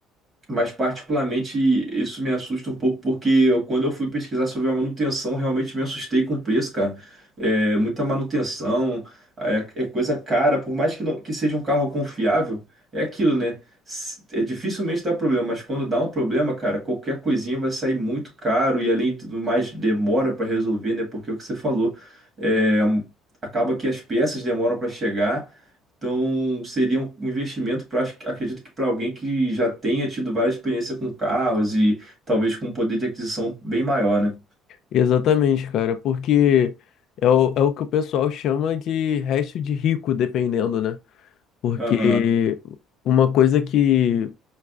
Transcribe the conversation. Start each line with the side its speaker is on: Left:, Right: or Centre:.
Right: Mas particularmente isso me assusta um pouco porque eu- quando eu fui pesquisar sobre a manutenção, realmente me assustei com o preço, cara. É muita manutenção, é, é coisa cara, por mais que, não- que seja um carro confiável, é aquilo, né? S- É dificilmente dá problema, mas quando dá um problema, cara, qualquer coisinha vai sair muito caro e além do mais demora para resolver, né? Porque é o que você falou, é, acaba que as peças demoram para chegar. Então, seria um um investimento para, acredito que para alguém que já tenha tido várias experiências com carros e talvez com um poder de aquisição bem maior, né?
Left: Exatamente, cara, porque é o, é o que o pessoal chama de resto de rico, dependendo, né? Porque
Right: Aham,
Left: uma coisa que